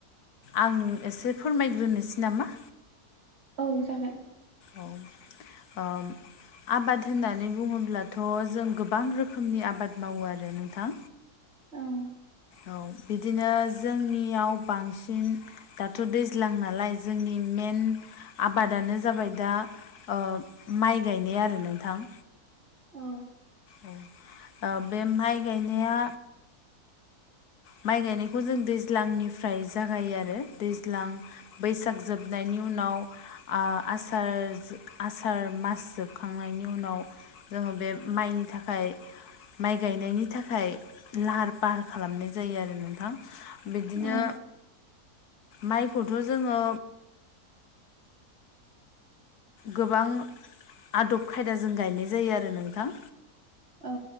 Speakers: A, on the left (about 80°); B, on the right (about 40°).
A: आं एसे फोरमायग्रोनोसै नामा?
B: औ जागोन।
A: औ ओम। आबाद होननानै बुङोब्लाथ' जों गोबां रोखोमनि आबाद मावो आरो नोंथां।
B: ओं।
A: औ बिदिनो जोंनियाव बांसिन दाथ' दैज्लां नालाय जोंनि मेन आबादानो जाबाय दा ओ माइ गायनाय आरो नोंथां।
B: औ।
A: औ, ओ बे माइ गायनाया माइ गायनायखौ जों दैज्लांनिफ्राय जागायो आरो दैज्लां बैसाग जोब बनायनि उनाव आ आसार जो आसार मास जोबखांनायनि उनाव जोङो बे माइनि थाखाय माइ गायनायनि थाखाय लाहार फाहार खालामनाय जायो आरो नोंथां। बिदिनो
B: औ
A: माइखौथ' जोङो गोबां आदब खायदाजों गायनाय जायो आरो नोंथां।
B: औ।